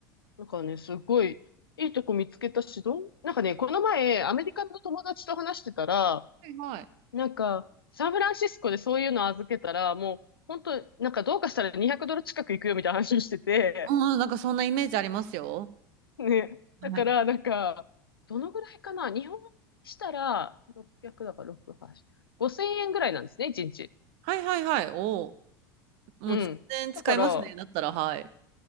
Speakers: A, on the left (about 80°); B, on the right (about 50°).
A: なんかね、すごい、いいとこ見つけたし、どん、なんかね、この前、アメリカの友達と話してたら、
B: はいはい。
A: なんか、サンフランシスコでそういうの預けたら、もう、本当なんかどうかしたら200ドル近く行くよみたいな話をしてて、
B: うん、なんかそんなイメージありますよ。
A: ね。<laughs> だから、
B: はい。
A: なんか、どのぐらいかな日本円にしたら、600だから6、8、5000円ぐらいなんですね、1日。
B: はいはいはい。おーもう全然使いますね。
A: うん。だから、
B: だったら、はい。